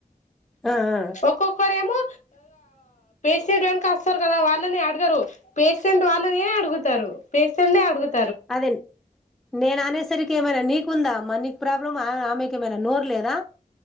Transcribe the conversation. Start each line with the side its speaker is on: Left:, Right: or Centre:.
Centre: ఆ ఆ
Left: ఒక్కొక్కరేమో పంట్ వెక వస్తారు కదా వాళ్ళని అడగరు పేషెంట్ వాళ్ళనే అడుగుతారు పేషెంట్ అడుగుతారు
Centre: అదే నేను అనేసరికి ఏమైనా నీకుందా మ నీ ప్రాబ్లం ఆమెకి మే నోర్ లేదు